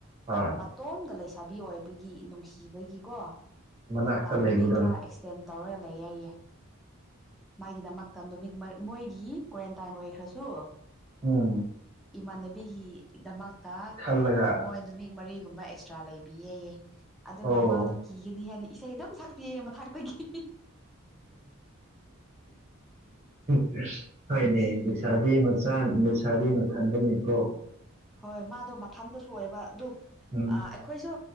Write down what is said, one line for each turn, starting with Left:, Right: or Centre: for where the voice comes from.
Right: ꯍꯣꯏ
Centre: ꯏꯇꯣꯝꯗ ꯂꯩꯁꯥꯕꯤ ꯑꯣꯏꯕꯒꯤ ꯅꯨꯡꯁꯤꯕꯒꯤꯀꯣ
Right: ꯃꯅꯥꯛꯇ ꯂꯩꯕꯗꯣ
Centre: ꯅꯨꯃꯤꯠ ꯈꯔ ꯇꯦꯟ ꯇꯧꯔꯒ ꯂꯩ ꯍꯥꯏꯌꯦ ꯃꯥꯒꯤꯗꯃꯛꯇ ꯅꯨꯃꯤꯠ ꯃꯣꯏꯒꯤ ꯀ꯭ꯋꯥꯔꯦꯟꯇꯥꯏꯟ ꯑꯣꯏꯈ꯭ꯔꯁꯨ
Right: ꯎꯝ
Centre: ꯏꯃꯥꯟꯅꯕꯤꯒꯤꯗꯃꯛꯇ
Right: ꯈꯜꯂꯒ
Centre: ꯃꯣꯏ ꯅꯨꯃꯤ ꯃꯔꯤꯒꯨꯝꯕ ꯑꯦꯛꯁꯇ꯭ꯔꯥ ꯂꯩꯕꯤꯑꯌꯦ ꯑꯗꯨꯒ
Right: ꯑꯣ
Centre: ꯃꯥꯗꯣ ꯀꯤꯒꯅꯤ ꯍꯥꯏꯅ ꯏꯁꯩ ꯑꯗꯨꯝ ꯁꯛꯄꯤꯌꯦ ꯃ ꯊꯥꯛꯇꯒꯤ
Right: <inaudible> ꯍꯣꯏꯅꯦ
Centre: ꯅꯨꯡꯁꯤꯕꯅꯤ
Right: ꯂꯩꯁꯥꯕꯤ ꯃꯆꯥ ꯂꯩꯁꯥꯕꯤ ꯃꯊꯟꯗꯅꯤꯀꯣ
Centre: ꯍꯣꯏ ꯃꯥꯗꯣ ꯃꯊꯟꯗꯁꯨ ꯑꯣꯏꯕ ꯑꯗꯨ
Right: ꯎꯝ
Centre: ꯑꯩꯈꯣꯏꯁꯨ